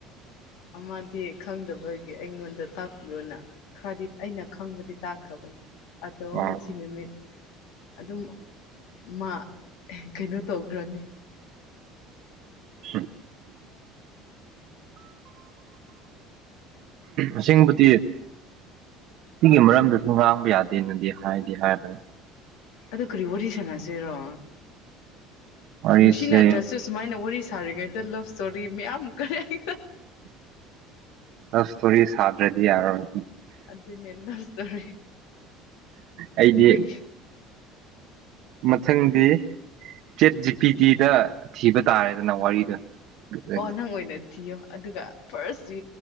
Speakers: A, on the left (about 80°); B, on the right (about 60°).
A: ꯑꯃꯗꯤ ꯈꯪꯗꯕꯒꯤ ꯑꯩꯉꯣꯟꯗ ꯇꯥꯛꯄꯤꯌꯣꯅ ꯈ꯭ꯔꯔꯗꯤꯠ ꯑꯩꯅ ꯈꯪꯕꯗꯤ ꯇꯥꯛꯈ꯭ꯔꯕꯅꯤ ꯑꯗꯣ
B: ꯑꯣ
A: ꯉꯁꯤ ꯅꯨꯃꯤꯠ ꯑꯗꯨꯝ ꯃꯥ ꯀꯩꯅꯣ ꯇꯧꯈ꯭ꯔꯅꯤ
B: <unintelligible> ꯑꯁꯦꯡꯕꯗꯤ ꯁꯤꯒꯤ ꯃꯔꯝꯗꯨꯁꯨ ꯉꯥꯡꯕ ꯌꯥꯗꯦꯅꯗꯤ ꯍꯥꯏꯗꯤ ꯍꯥꯏꯕꯅꯦ
A: ꯑꯗꯨ ꯀꯔꯤ ꯋꯥꯔꯤ ꯁꯥꯟꯅꯁꯤꯔꯣ
B: ꯋꯥꯔꯤꯁꯦ
A: ꯅꯨꯡꯁꯤꯅꯗ꯭ꯔꯁꯨ ꯁꯨꯃꯥꯏꯅ ꯋꯥꯔꯤ ꯁꯥꯔꯤꯉꯩꯗ ꯂꯞ ꯏꯁꯇꯣꯔꯤ ꯃꯌꯥꯝ ꯀꯔꯤ
B: ꯑꯁ ꯏꯁꯣꯔꯤ ꯁꯥꯗ꯭ꯔꯗꯤ ꯌꯥꯔꯣꯏ
A: ꯑꯗꯨꯅꯦ ꯂꯞ ꯏꯁꯇꯣꯔꯤ
B: ꯑꯩꯗꯤ
A: ꯃꯣꯏꯒꯤ
B: ꯃꯊꯪꯗꯤ ꯆꯦꯠ ꯖꯤꯄꯤꯤ ꯇꯤꯗ ꯊꯤꯕ ꯇꯥꯔꯦꯗꯅ ꯋꯥꯔꯤꯗꯣ <unintelligible>
A: ꯑꯣ ꯅꯪ ꯑꯣꯏꯅ ꯊꯤꯌꯣ ꯑꯗꯨꯒ ꯐꯥꯔꯁ